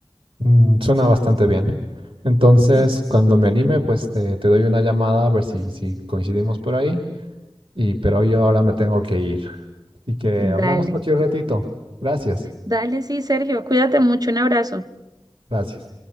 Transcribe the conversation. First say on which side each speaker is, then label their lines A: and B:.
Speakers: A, on the right (about 65°); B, on the right (about 40°).
A: Mm, suena bastante bien. Entonces,
B: <laughs>
A: cuando me anime, pues te, te doy una llamada a ver si, si coincidimos por ahí. Y pero yo ahora me tengo que ir. Así que hablamos
B: Dale,
A: cualquier ratito. Gracias.
B: dale, sí, Sergio, cuídate mucho, un abrazo.
A: Gracias.